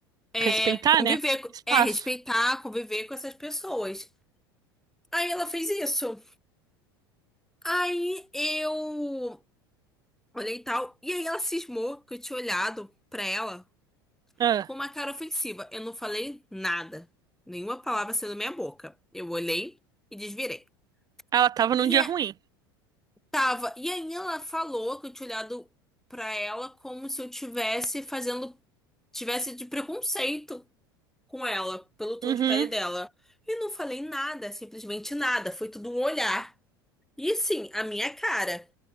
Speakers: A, in the centre; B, on the right.
A: é,
B: Respeitar,
A: conviver,
B: né?
A: co-
B: Espaço.
A: é respeitar, conviver com essas pessoas. Aí ela fez isso. Aí eu olhei e tal. E aí ela cismou que eu tinha olhado pra ela.
B: Ah,
A: Com uma cara ofensiva, eu não falei nada. Nenhuma palavra saiu da minha boca. Eu olhei e desvirei.
B: ela tava
A: E
B: num dia ruim.
A: a- tava. E aí ela falou que eu tinha olhado pra ela como se eu tivesse fazendo. Tivesse de preconceito com ela, pelo tom
B: Uhum.
A: de pele dela. E não falei nada, simplesmente nada. Foi tudo um olhar. E sim, a minha cara.